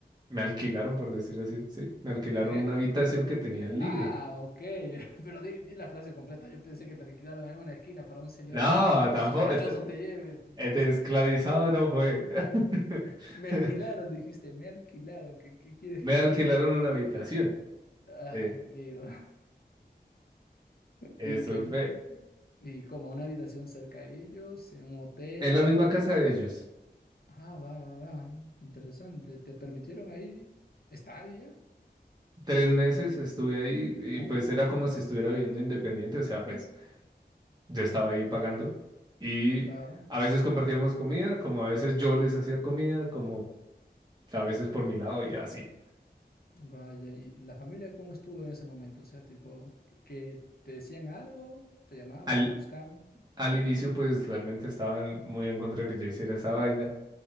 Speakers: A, on the right; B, on the left.
A: me alquilaron, por decir así, sí, me alquilaron
B: ¿Qué?
A: una habitación que tenían libre.
B: Ah, ok, <laughs> pero di, di la frase completa. Yo pensé que te alquilaron en una esquina para un señor
A: No, tampoco,
B: sospechoso
A: et-
B: te lleve.
A: et-
B: <laughs>
A: de esclavizado no fue. <laughs>
B: Me alquilaron, dijiste, me alquilaron. ¿Qué, qué quieres
A: Me
B: que
A: alquilaron
B: piense?
A: una habitación.
B: Ay,
A: eh,
B: amigo. <laughs>
A: eso
B: Y que,
A: fue.
B: y como una habitación cerca de ellos, en un hotel
A: En la misma
B: o...
A: casa de ellos.
B: Ah, va, va, va. Interesante. ¿Te permitieron ahí estar y ya?
A: Tres meses estuve ahí y
B: Uh,
A: pues era como si estuviera viviendo independiente, o sea, pues yo estaba ahí pagando y
B: claro.
A: a veces compartíamos comida, como a veces yo les hacía comida, como a veces por mi lado y así.
B: Vaya, ¿y la familia cómo estuvo en ese momento? O sea, tipo, que que te decían algo, te llamaban,
A: Al,
B: te buscaban.
A: al inicio pues realmente estaban muy en contra de que yo hiciera esa vaina,